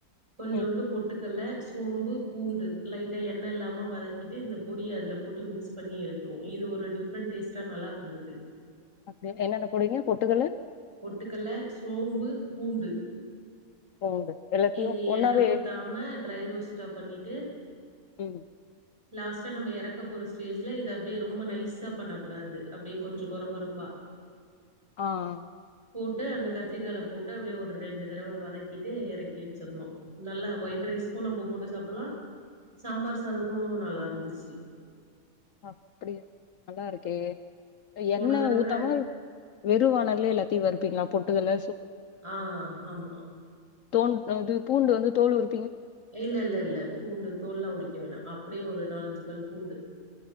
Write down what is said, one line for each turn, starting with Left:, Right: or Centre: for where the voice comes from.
Right: கொஞ்சோண்டு
Left: ம்
Right: போட்டு கல்ல சோம்பு பூண்டு லைட்டா எண்ண இல்லாம வதக்கிட்டு இந்த பொடிய அதுல போட்டு மிக்ஸ் பண்ணி எடுத்தோனா இது ஒரு டிஃப்ரெண்ட் டேஸ்ட்டா நல்லா இருந்தது
Left: அப்டியா என்னென்ன போடுவிங்க பொட்டுக்கல்ல
Right: பொட்டுக்கல்ல சோம்பு பூண்டு
Left: பூண்டு எல்லாத்தையு
Right: இத
Left: ஒன்னாவே
Right: எண்ண ஊத்தாம ட்ரை ரோஸ்டா பண்ணிட்டு
Left: ம்
Right: லாஸ்ட்டா நம்ம எறக்கப் போற ஸ்டேஜ்ல இத அப்டியே ரொம்ப நைஸா பண்ண கூடாது அப்டியே கொஞ்ச கொற கொறப்பா
Left: ஆஹ்
Right: போட்டு அந்த கத்ரிக்கால போட்டு அப்டியே ஒரு ரெண்டு தடவை வதக்கிட்டு எறக்கி வச்சிர்ணு நல்லா ஒயிட் ரைஸ்க்கு நம்ம போட்டு சாப்புட்லா சாம்பார் சாதக்கு நல்லா இருந்துச்சு
Left: அப்டியா நல்லாருக்கே
Right: போன
Left: எண்ண
Right: தடவ
Left: ஊத்தம வெறு வானல்லேல டீ வறுப்பிங்ளா பொட்டுக்கல
Right: ஆஹ்ஹ ஆமா
Left: தோண்றது பூண்டு வந்து தோல் உரி
Right: இல்ல- லல்- லல்- ல பூண்டு தோல்லா உரிக்க வேண்டா அப்டியே ஒரு நாலஞ்சு பல் பூண்டு